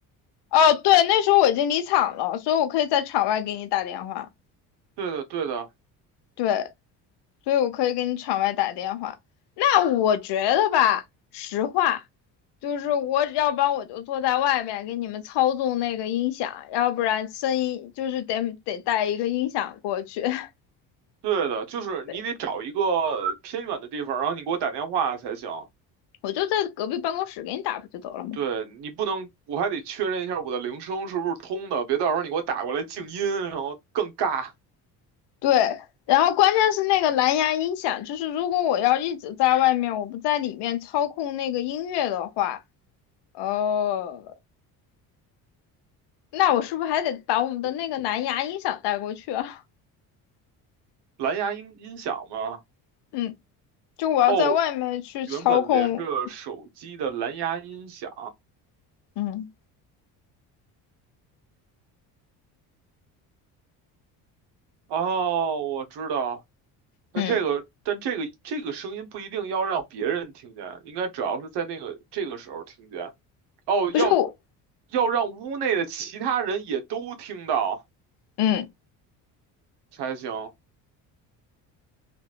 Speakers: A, on the left; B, on the right.
A: 哦，对，那时候我已经离场了，所以我可以在场外给你打电话。
B: 对的，对的，
A: 对，所以我可以给你场外打电话。那我觉得吧，实话，就是我要不然我就坐在外面给你们操纵那个音响，要不然声音就是得得带一个音响过去。<laughs>
B: 对的，就是你得找一个偏远的地方，
A: 对，
B: 然后你给我打电话才行。
A: 我就在隔壁办公室给你打不就得了吗？
B: 对，你不能，我还得确认一下我的铃声是不是通的，别到时候你给我打过来静音，然后更尬。
A: 对。然后关键是那个蓝牙音响，就是如果我要一直在外面，我不在里面操控那个音乐的话，哦，那我是不是还得把我们的那个蓝牙音响带过去啊？
B: 哦蓝牙音音响吗？
A: <laughs> 嗯，就我要在外面去操控，
B: 哦，原本连着手机的蓝牙音响。
A: 嗯
B: 哦，我知道。但这个，
A: 嗯，
B: 但这个这个声音不一定要让别人听见，应该主要是在那个这个时候听见。哦，要
A: 不是我，
B: 要让屋内的其他人也都听到
A: 嗯
B: 才行。